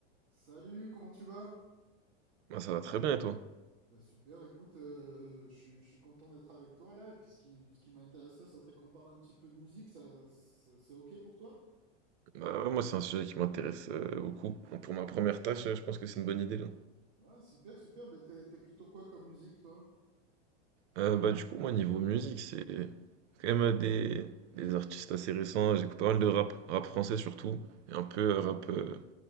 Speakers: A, on the right; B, on the right.
A: Salut, comment tu vas?
B: Moi, ça va très bien et toi?
A: Bah super, écoute, euh, je suis je suis content d'être avec toi là, et puis ce qui, ce qui m'intéresserait, ça serait qu'on parle un petit peu de musique, ça, ça- c'est ok pour toi?
B: Bah ouais, moi c'est un sujet qui m'intéresse euh, beaucoup. Bon, Pour ma première tâche, euh, je pense que c'est une bonne idée là.
A: Ouais, super, super, bah t'es t'es plutôt quoi comme musique toi?
B: Euh, bah du coup moi niveau musique c'est quand même euh, des, des artistes assez récents. J'écoute pas mal de rap, rap français surtout, et un peu euh, rap euh,